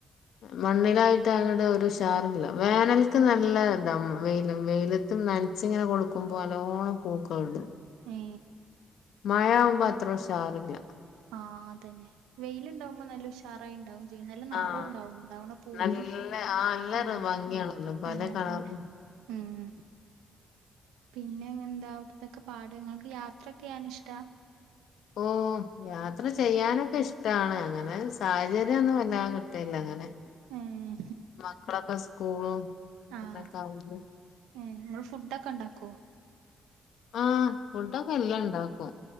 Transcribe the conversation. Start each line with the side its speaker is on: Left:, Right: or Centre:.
Left: മണ്ണിലായിട്ട് അങ്ങട് ഒരുഷാറല്ല വേനൽക്ക് നല്ല ഇതാ വെയിലും വെയില നനച്ചിങ്ങനെ കൊടുക്കുമ്പോ നല്ലോണം പൂക്കള് ഇടും
Right: ഹേ
Left: മഴ ആകുമ്പോ അത്ര ഉഷാറില്ല
Right: ആ അതന്നെ വെയിലുണ്ടാവുമ്പോ നല്ല ഉഷാറായിണ്ടാവും പിന്നെ നല്ല നെറോണ്ടാവും
Left: ആഹ്
Right: ഉണ്ടാവണ പൂവിന്
Left: നല്ല ആ നല്ല
Right: ആഹ്
Left: ഭംഗിയാണല്ലോ പല
Right: ആഹ്
Left: കളറും
Right: അതന്നെ ഉം പിന്നെന്താ അവിടത്തെക്കെ പാട് ഇങ്ങക്ക് യാത്രയൊ കായ്യാനിഷ്ട
Left: ഓ യാത്ര ചെയ്യാനൊക്കെ ഇഷ്ട കിട്ടാണ് അങ്ങനെ സാഹചര്യൊന്നു വല്ലാതെ കിട്ടൽല്ല അങ്ങനെ
Right: ഏഹ്
Left: മക്കളൊക്കെ സ്കൂളി സ്കൂളും
Right: ആഹ്
Left: അങ്ങനൊക്കെ ആവുമ്പോ
Right: ഏ ഇങ്ങള് ഫുഡൊക്കെ ഇണ്ടാക്കോ
Left: ആഹ് ഫുഡൊക്കെ എല്ലൊ ഇണ്ടാക്കും